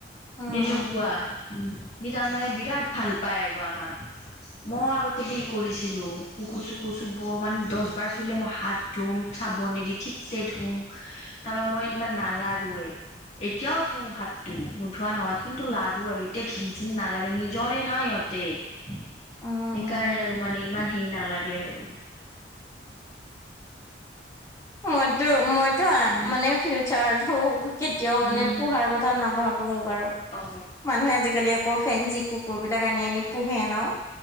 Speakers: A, on the left; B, on the left.
A: উম
B: এনেকুৱা সি তাৰমানে বিৰাট ভাল পায় আৰু আমাক। মই আগতে হে কৰিছিলো, কুকুৰ চুকুৰ চুব মানে দশ বাৰ চুলে মই হাত ধুম চাব নিদি ঠিকছে ধুম, তাৰমান মই ইমান নালাৰোৱে। এতিয়াও ধুও হাতটো নোধোৱা নহয়, কিন্তু লাৰ়ু আৰু এতিয়া ঘিন চিন নালাগে, নিজৰে নাই ইহত তে, সেইকাৰণে
A: উম উম
B: আৰু মানে ইমান হেৰি নালাগে আৰু।
A: মইতো, মইতো
B: উম
A: মানে ফিউচাৰো কেতিয়াও
B: উম
A: মানে পোহাৰ কথা নাভাবো। বহ আৰু,
B: অ
A: মানুহে আজিকালি আকৌ ফেঞ্চি কুকুৰ বিলাক আনি আনি পোহে ন।